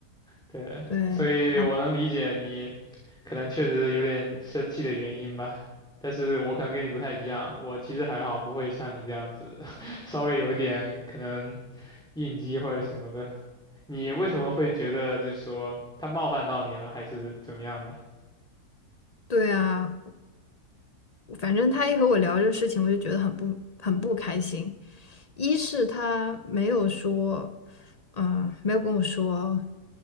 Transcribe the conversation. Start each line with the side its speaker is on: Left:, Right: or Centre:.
Centre: 对，
Left: 对，
Centre: 所以我能理解你可能确实有点生气的原因吧。
Left: 啊，
Centre: 但是我可能跟你不太一样，我其实还好，不会像你这样子，<laughs> 稍微有一点可能应激或者什么的。你为什么会觉得就是说他冒犯到你了，还是怎么样呢？
Left: 对啊，反正他一和我聊这个事情，我就觉得很不很不开心。一是他没有说，嗯、没有跟我说，